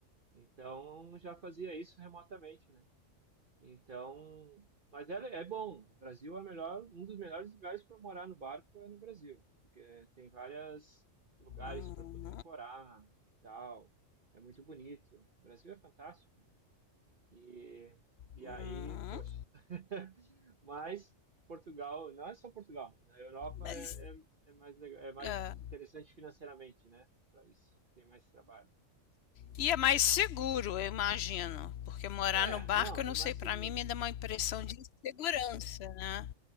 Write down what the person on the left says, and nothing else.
Hum,
hum,
mas,
é.
E é mais seguro, eu imagino, porque morar
no barco,
eu
não
sei, para
mim me dá uma impressão de insegurança, né?